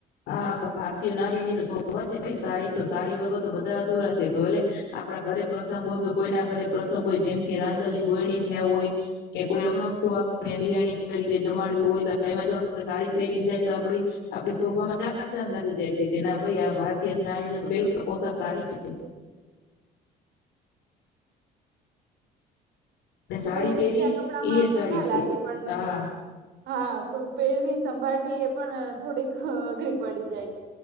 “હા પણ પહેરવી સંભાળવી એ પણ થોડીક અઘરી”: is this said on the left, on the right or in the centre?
Right